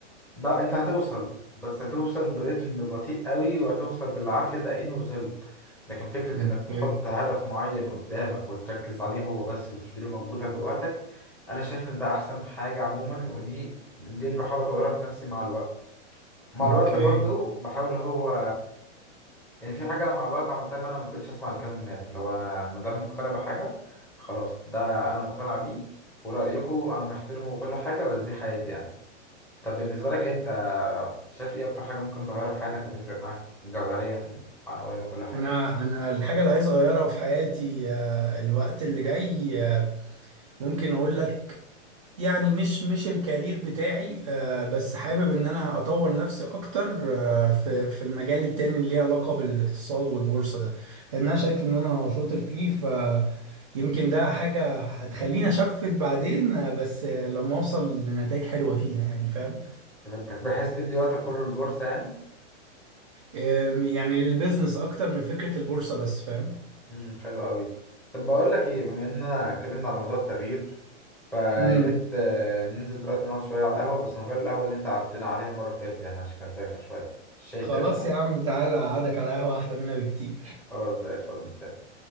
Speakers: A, in the centre; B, on the right (about 30°).
A: لا انت هتوصل بس هتوصل برتم بطيء قوي وهتوصل بالعافية دقيقتين وصلت لكن فكرة
B: اوكي
A: انك تحط هدف معين قدامك وتركز عليه هو بس وتديله مجهودك ووقتك انا شايف ان ده احسن حاجة عموما ودي دي اللي بحاول اطورها في نفسي مع الوقت مع
B: اوكي
A: الوقت برضو بحاول اللي هو يعني في حاجة انا مع الوقت عملتها ان انا ما بقتش اسمع لكلام الناس اللي هو انا ما دام مقتنع بحاجة خلاص ده انا مقتنع بيه ورأيكم انا محترمه وكل حاجة بس دي حياتي انا طب بالنسبة لك أنت شايف إيه أكتر حاجة ممكن تغيرها في حياتك هتفرق معاك جوهريا معنويا وكل حاجة
B: انا انا الحاجه اللي عايز اغيرها في حياتي آه، الوقت اللي جاي آه، ممكن اقول لك يعني مش مش الكارير بتاعي آه، بس حابب ان انا اطور نفسي اكتر آه، في في المجال التاني اللي ليه علاقة بالاقتصاد والبورصة ده لان انا شايف ان انا شاطر فيه ف يمكن ده حاجة هتخليني أشفت بعدين آه، بس آه، لما أوصل لنتائج حلوة فيها يعني فاهم
A: فهمتك بحيث تدي وقتك كله للبورصة يعني
B: آه، يعني للبيزنس أكتر من فكرة البورصة بس فاهم
A: امم حلو قوي طب بقول لك إيه بما إننا اتكلمنا على موضوع التغيير فيا
B: مم.
A: ريت آه، ننزل دلوقتي نقعد شوية على القهوة بس من غير القهوة اللي أنت قعدتنا عليها المرة اللي فاتت يعني عشان كانت بايخة شوية الشاي
B: خلاص
A: فيها كان وحش
B: يا عم تعالى أقعدك على قهوة أحلى منها بكتير
A: خلاص زي الفل مستني